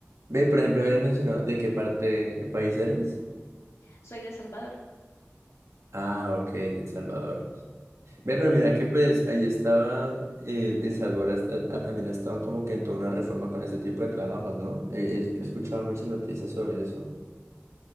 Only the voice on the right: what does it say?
Ve, por ejemplo, habías mencionado de qué par- de qué país eres.
Ah, ok, El Salvador. Ve, pero mira que pues ahí estaba, eh, El Salvador hasta- ha- también ha estado como que en toda una reforma con ese tipo de trabajos, ¿no? He, he- he escuchado muchas noticias sobre eso.